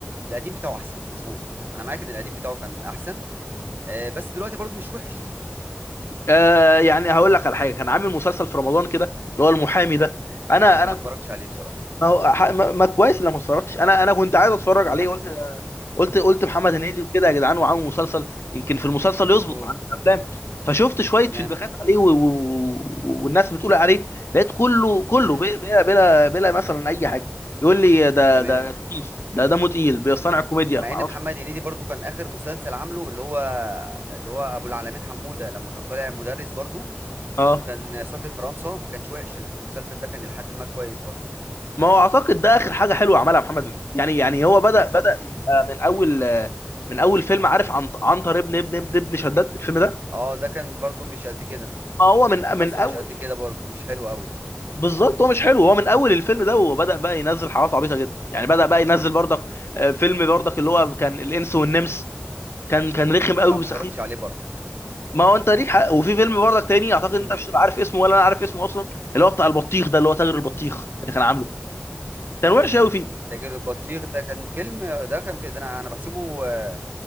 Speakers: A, on the right; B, on the left.
A: القديم بتاعه احسن مظبوط انا معاك ان القديم بتاعه كان احسن آه، بس دلوقتي برضو مش وحش
B: آه يعني هقول لك على حاجه كان عامل مسلسل في رمضان كده اللي هو المحامي ده انا
A: لا ده
B: انا
A: ما اتفرجتش
B: كنت
A: عليه بصراحه
B: ما هو ح- ما ما كويس انك ما اتفرجتش انا انا كنت عايز اتفرج
A: ما
B: عليه
A: حبيتهوش
B: قلت قلت قلت محمد
A: امم
B: هنيدي وكده يا جدعان وعامل مسلسل يمكن في المسلسل
A: مظبوط
B: يظبط عن الافلام فشفت شويه
A: تمام
B: فيدباكات عليه و... و... والناس بتقول عليه لقيت كله كله
A: امم
B: بلا بلا بلا, بلا مثلا اي حاجه يقول لي ده
A: تمام
B: ده خفيف ده دمه تقيل بيصنع الكوميديا
A: مع
B: ما اعرفش
A: ان محمد هنيدي برضو كان اخر مسلسل عامله اللي هو اللي هو ابو العلمين حموده لما كان طالع مدرس برضو
B: اه
A: وكان سافر فرنسا ما كانش وحش ال- في المسلسل ده كان الى حد ما كويس برضو
B: ما هو اعتقد ده اخر حاجه حلوه عملها محمد هنيدي يعني يعني هو بدا
A: بالظبط
B: بدا يبقى من اول من اول فيلم عارف عن عنتر ابن ابن ابن ابن شداد الفيلم ده
A: اه ده كان برضو مش قد كده
B: ما هو من
A: حاسه
B: من اول
A: مش قد كده برضو مش حلو قوي
B: بالظبط هو مش حلو هو من اول الفيلم ده وهو بدا بقى ينزل حاجات عبيطه جدا يعني بدا بقى ينزل برضك آه، فيلم برضك اللي هو كان الانس والنمس كان كان رخم قوي
A: لا
B: وسخيف
A: ما اتفرجتش عليه برضو
B: ما هو انت ليك حق وفي فيلم برضك تاني اعتقد
A: مم.
B: انت مش هتبقى عارف اسمه ولا انا عارف اسمه اصلا اللي هو بتاع البطيخ ده اللي هو تاجر البطيخ اللي كان عامله كان وحش قوي فيه
A: تاجر البطيخ ده كان فيلم ده كان في ده انا انا بحسبه آه،